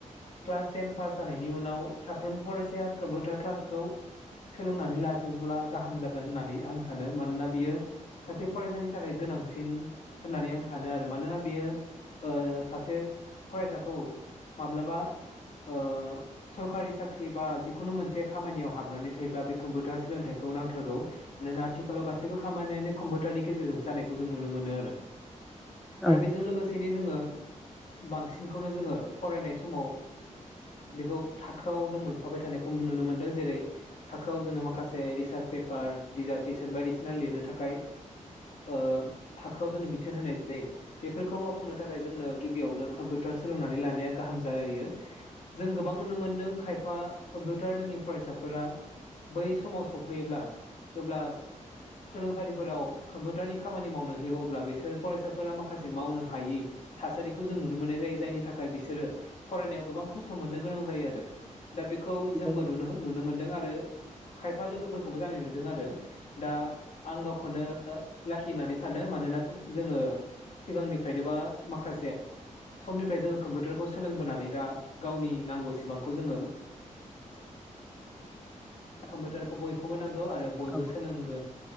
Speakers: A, on the left; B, in the centre.
A: क्लास टेन पास जानायनि उनाव साफ्रोमबो फरायसाया कम्पिउटार क्लासखौ सोलोंनानै लाजोबोब्ला गाहाम जागोन होननानै आं सानो। मानोना बियो सासे फरायसानि थाखाय गोनांसिन होननानै आं सानो आरो मानोना बेयो ओ सासे फरायसाखौ माब्लाबा ओ सरकारि साख्रि बा जिखुनु मोनसे खामानियाव हाबनानै थायोब्ला बे कम्पिउटार सोलोंथाइखौ नांथारगौ मानोना आथिखालाव गासैबो खामानियानो कम्पिउटारनि गेजेरजोंसो जानायखौ जों नुनो मोनो आरो।
B: नंगौ
A: आरो बेजों लोगोसेनो जोङो बांसिनखौनो जोङो फरायनाय समाव बेखौ थाखोआव जों मोनफाबाय थानायखौ नुनो मोनदों जेरै थाखोआव जोंनो माखासे रिसार्च पेपार दिडिजार्टेसन बायदिसिना लिरनो थाखाय ओ थाखोआव जोंनो बिथोन होनाय जायो बेफोरखौ मावफुंनो थाखाय जोंनो गिबियावनो कम्पिउटार सोलोंनानै लानाया गाहाम जायो। जों गोबां नुनो मोनदों खायफा कम्पिउटार रोङि फरायसाफोरा बै समाव सफैयोब्ला जेब्ला सोलोंसालिफोराव कम्पिउटारनि खामानि मावनो होयो अब्ला बिसोर फरायसाफोरा माखासे मावनो हायि थासारिखौ जों नुनो मोननाय जायो जायनि थाखाय बिसोरो फरायनायाव गोबां खस्थ' थ मोननो गोनां जायो आरो दा बेखौ जोंबो
B: नंगौ
A: नु नुनो मोनदों आरो खायफा लोगोफोरखौबो जानाय नुदों आरो दा आं गावखौनो लाखि होननानै सानो मानोना जोङो सिगांनिफ्रायनोबा माखासे समनिफ्राय जोङो कम्पिउटारखौ सोलोंबोनानै दा गावनि नांगौसेबांखौ जोङो कम्पिउटारखौ बयखौबो नांगौ गौ आरो बयबो
B: औ
A: सोलोंगोन